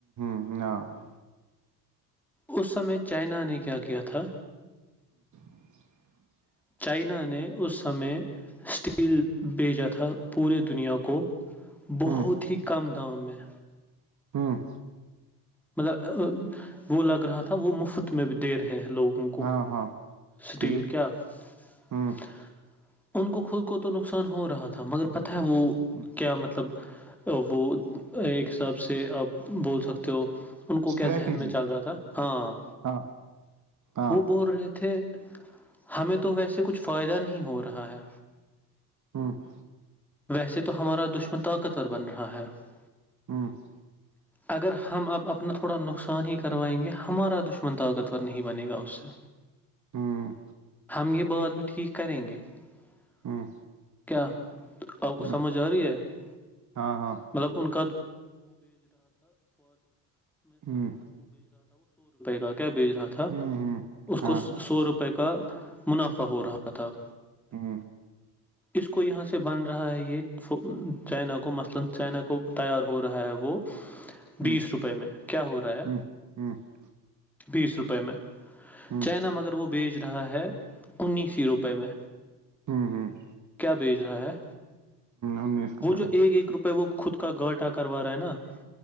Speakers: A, on the right; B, in the centre.
A: <inaudible>
B: اس سمے چائنا نے کیا کیا تھا
A: <inaudible>
B: چائنا نے اس سمے اسٹیل بھیجا تھا پورے دنیا کو بہت
A: ہوں
B: ہی کم دام میں
A: ہوں
B: مطلب وہ لگ رہا تھا وہ مفت میں بھی دے رہے لوگ <unintelligible> کو
A: ہاں ہاں
B: سٹیل
A: ٹھیک
B: کیا <unintelligible>
A: ہوں
B: ان کو خود کو تو نقصان ہو رہا تھا مگر پتہ ہے وہ
A: ہوں
B: کیا مطلب <unintelligible> وہ ایک حساب سے آپ بول سکتے ہو <unintelligible> ان کو
A: اسٹریٹجی
B: کیا ذہن میں چل رہا تھا ہاں
A: ہاں ہاں
B: وہ بول رہے تھے ہمیں تو ویسے کچھ فائدہ نہیں ہو رہا ہے
A: ہوں <unintelligible>
B: ویسے تو ہمارا دشمن طاقتور بن رہا ہے <unintelligible>
A: ہوں <unintelligible>
B: اگر ہم اب اپنا تھوڑا نقصان ہی کروائیں گے ہمارا دشمن طاقتور نہیں بنے گا اس سے
A: ہوں
B: ہم یہ بد میں ٹھیک کریں گے <inaudible>
A: ہوں
B: آپ کو
A: ہوں
B: سمجھ آ رہی ہے <unintelligible>
A: ہاں ہاں
B: <unintelligible> روپ
A: ہوں
B: کا کیا بھیج رہا تھا
A: ہوں ہوں
B: اس
A: ہاں
B: کو سو روپئے کا <unintelligible> منافع ہو رہا تھا
A: ہوں
B: اس کو یہاں سے <unintelligible>
A: ہوں
B: بیس
A: ہوں
B: روپئے میں کیا ہو رہا ہے
A: ہوں
B: بیس روپئے میں چائنا
A: ہوں
B: مگر وہ بیچ رہا ہے انیس ہی روپئے میں
A: ہوں ہوں
B: کیا بھیج رہا ہے
A: انیس روپئے
B: وہ
A: میں
B: جو ایک ایک روپئے وہ خود کو کا گاٹہ کروا رہا ہے نا <unintelligible>